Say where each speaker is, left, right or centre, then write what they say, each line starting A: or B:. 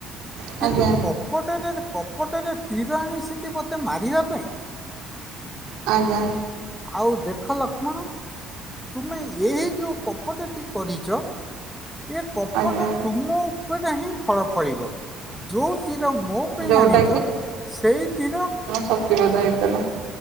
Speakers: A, on the right; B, in the centre.
A: ଆଜ୍ଞା
B: କିନ୍ତୁ କପଟରେ କପଟରେ ତୀର ଆଣିଚନ୍ତି ମତେ ମାରିବା ପାଇଁ।
A: ଆଜ୍ଞା।
B: ଆଉ ଦେଖ ଲକ୍ଷ୍ମଣ ତୁମେ ଏହି ଯୋଉ କପଟଟି କରିଛ ଏ କପଟ
A: ଆଜ୍ଞା
B: ତୁମ ଉପରେ ହିଁ ଫଳ ଫଳିବ ଯେଉଁ ତୀର ମୋ ପାଇଁ
A: ଯୋଉଟା
B: ଆଣିଛ ସେଇ ତୀର
A: ଶକ୍ତିବଧ ହେଇଥିଲା।